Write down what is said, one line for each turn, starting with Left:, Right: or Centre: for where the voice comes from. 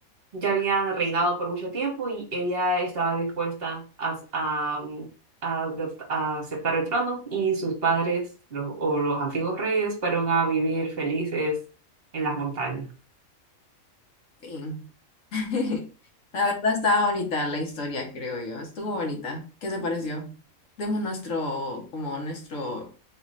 Right: ya habían reinado por mucho tiempo y ella estaba dispuesta a, a, mm, a adop- a aceptar el trono y sus padres lo- o los antiguos reyes fueron a vivir felices en las montañas.
Left: Fin. <laughs> La verdad estaba bonita la historia, creo yo. Estuvo bonita. ¿Qué te pareció? Demos nuestro, como nuestro